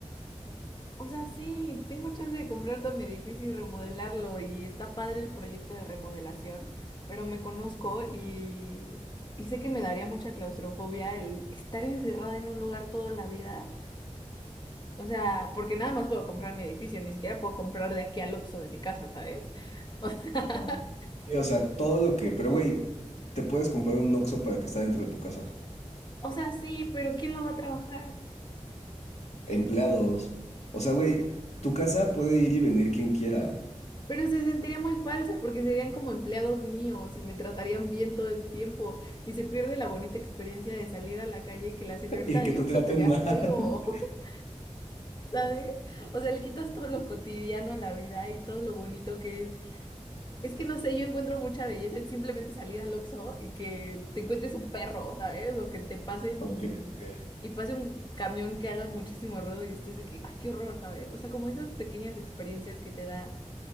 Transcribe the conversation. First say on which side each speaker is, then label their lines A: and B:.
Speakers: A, on the left; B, on the left.
A: O sea, sí, tengo chance de comprar todo mi edificio y remodelarlo y está padre el proyecto de remodelación, pero me conozco y, y sé que me daría mucha claustrofobia el estar encerrada en un lugar toda la vida O sea, porque nada más puedo comprar mi edificio, ni siquiera puedo comprar de aquí al Oxxo de mi casa, ¿sabes? <laughs> O sea,
B: Ah, Sí, o sea, todo lo que, pero, güey, te puedes comprar un Oxxo para que está dentro de tu casa.
A: o sea, sí, pero ¿quién lo va a trabajar?
B: Empleados. O sea, güey, tu casa puede ir y venir quien quiera
A: Pero se sentiría muy falso porque serían como empleados míos y me tratarían bien todo el tiempo y se pierde la bonita experiencia de salir a la calle y que la señorita
B: <laughs> y
A: del
B: que te
A: Oxxo
B: traten
A: te vea
B: mal. <laughs>
A: feo, <laughs> ¿sabes? O sea, le quitas todo lo cotidiano a la vida y todo lo bonito que es Es que no sé, yo encuentro mucha belleza en simplemente salir al Oxxo y que te encuentres un perro, ¿sabes? O que te pasen
B: ok.
A: y,
B: Ok,
A: y pase un camión que haga muchísimo ruido y estés de que, ay, qué horror, ¿sabes? O sea, como esas pequeñas experiencias que te da